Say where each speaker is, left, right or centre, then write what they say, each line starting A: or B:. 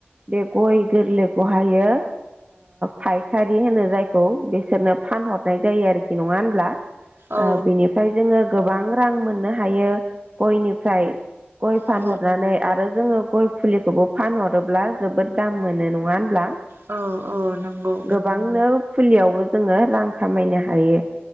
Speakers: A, on the right; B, on the right.
A: बे गय गोरलैखौ हायो फायखारि होनो जायखौ बिसोरनो फानहरनाय जायो आरोखि नङा होनब्ला?
B: औ
A: बिनिफ्राय जोङो गोबां रां मोननो हायो गयनिफ्राय गय फानहरनानै
B: औ
A: आरो जोङो गय फुलिखौबो फानहरोब्ला जोबोद दाम मोनो नङा होनब्ला
B: औ औ नंगौ
A: गोबांनो फुलियावबो जोङो रां खामायनो हायो